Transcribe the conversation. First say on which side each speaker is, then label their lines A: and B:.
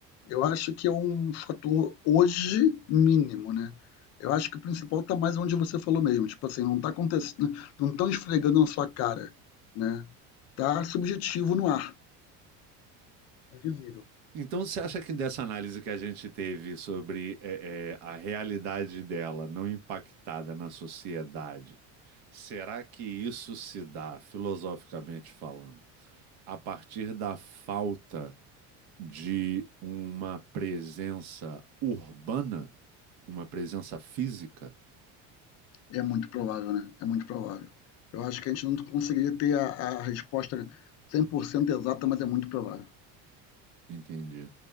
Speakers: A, on the left; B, on the right.
A: eu acho que é um fator hoje mínimo, né? Eu acho que o principal tá mais onde você falou mesmo, tipo assim, não tá acontecendo, não estão esfregando na sua cara, né? Tá subjetivo no ar, é visível.
B: Então, você acha que dessa análise que a gente teve sobre eh, eh, a realidade dela não impactada na sociedade, será que isso se dá, filosoficamente falando, a partir da falta de uma presença urbana, uma presença física?
A: É muito provável, né? É muito provável. Eu acho que a gente não conseguiria ter a, a resposta 100% exata, mas é muito provável.
B: Entendi,